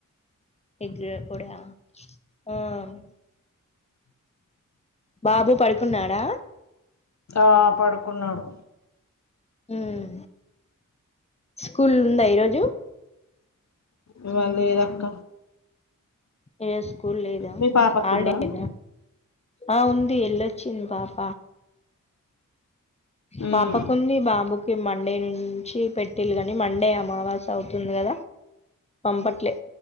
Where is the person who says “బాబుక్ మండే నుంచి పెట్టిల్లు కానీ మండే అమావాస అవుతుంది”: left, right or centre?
Left